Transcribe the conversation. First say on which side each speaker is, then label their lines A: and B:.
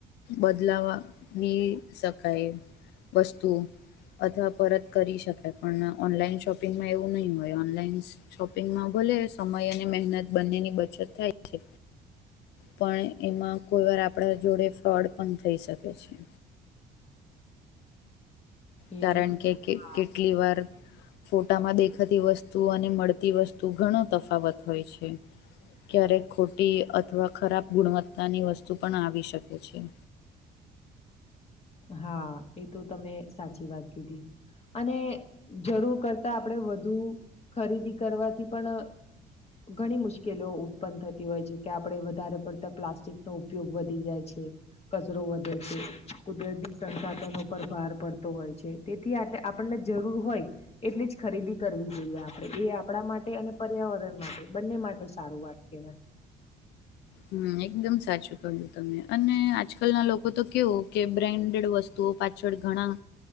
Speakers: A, on the left (about 80°); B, on the left (about 35°).
A: બદલાવ લાવી શકાય વસ્તુ અથવા પરત કરી શકાય, પણ ઓનલાઈન શોપિંગમાં એવું નહી હોય. ઓનલાઈન શોપિંગમાં ભલે સમય અને મહેનત બંનેની બચત થાય. છે પણ એમાં કોઈ વાર આપણા જોડે ફ્રોડ પણ થઈ શકે છે.
B: એવું
A: કારણ કે
B: હા
A: કેટલીવાર ફોટામાં દેખાતી વસ્તુ અને મળતી વસ્તુ ઘણો તફાવત હોય છે. ક્યારેક ખોટી અથવા ખરાબ ગુણવત્તાની વસ્તુ પણ આવી શકે છે.
B: હા એ તો તમે સાચી વાત કીધી અને જરૂર કરતા આપણેે વધુ ખરીદી કરવાથી પણ ઘણી મુશ્કેલી ઉત્પન્ન થતી હોય છે કે આપડે વધારે પડતા પ્લાસ્ટિકનો ઉપયોગ વધી જાય છે. કચરો વધે છે. કુદરતી સંસાધનો પર ભાર પડતો હોય છે તેથી આટલે આપણને જરૂર હોય એટલીજ ખરીદી કરવુ જોઈએ આપણેે એ આપણા માટે અને પર્યાવરણ માટે બંને માટે સારું વાત કહેવાય
A: હમ્મ એકદમ સાચું કહ્યું તમે અને આજકાલના લોકોતો કેવું કે બ્રેન્ડેડ વસ્તુ ઓ પાછળ ઘણા